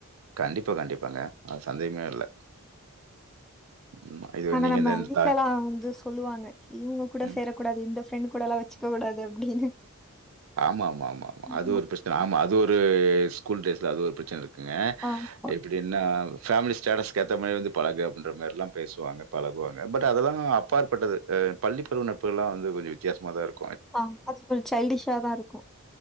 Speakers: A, on the right; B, in the centre.
A: கண்டிப்பா கண்டிப்பாங்க அது சந்தேகமே இல்ல ம். இது
B: ஆனா
A: நீங்க
B: நம்ம
A: இந்த
B: வீட்லல்லாம்
A: த
B: வந்து சொல்லுவாங்க இவங்க கூட
A: ம்.
B: சேரக்கூடாது இந்த ஃ ப்ரெண்ட் கூடலா வெச்சிக்கக் கூடாது அப்டின்னு
A: ஆம்மா ம்மா ம்மாம்
B: ஆமா
A: அது ஒரு பிரஸ்ன ஆம்மா அது ஒரு ஸ்கூல்டேஸ்ல அது ஒரு பிரச்சன இருக் குங்க
B: ஆமா
A: எப்டின்னா ஃபேம்லி ஸ்டேட்டஸ்கு ஏத்த மாரி வந்து பழகு அப்டின்ற மேரிலா பேசுவாங்க பழகுவாங்க பட் அதெல்லா அப்பாற்பட்டது ஆஹ் பள்ளி பருவ நட்புகல்லா வந்து கொஞ்சோ வித்தியாசமாதா இருக்
B: ஆஹ் அது ஃபுல் சைல்டிஸ் சாதான் இருக்கும்